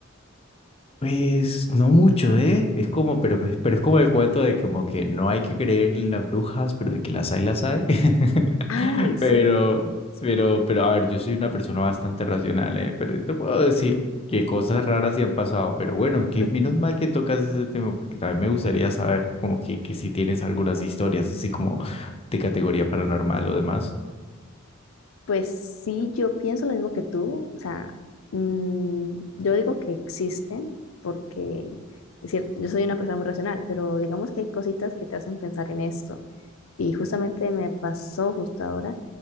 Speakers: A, on the left; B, on the left.
A: Pues no mucho, ¿eh? Es como, pero, que- pero es como el cuento de como que no hay que creer en las brujas, pero de que las hay, las hay. <laughs>
B: Ay, sí.
A: Pero, pero, pero, a ver, yo soy una persona bastante racional, ¿eh? Pero te puedo decir que cosas raras sí han pasado, pero bueno,
B: <laughs>
A: que menos mal que tocas ese tema, porque también me gustaría saber como que, que si tienes algunas historias así como de categoría paranormal o demás.
B: Pues sí, yo pienso lo mismo que tú. O sea, mm, yo digo que existen porque, es cierto, yo soy una persona muy racional, pero digamos que hay cositas que te hacen pensar en esto. Y justamente me pasó justo ahora